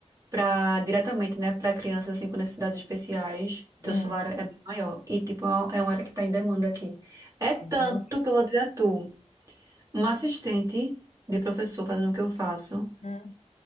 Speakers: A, on the right; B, on the left.
A: para diretamente, né, para crianças assim com necessidades especiais, teu
B: Hum,
A: salário é bem maior. E tipo, é uma é uma área que está em demanda aqui. É tanto
B: oxe,
A: que eu vou dizer a tu, uma assistente de professor fazendo o que eu faço.
B: hum.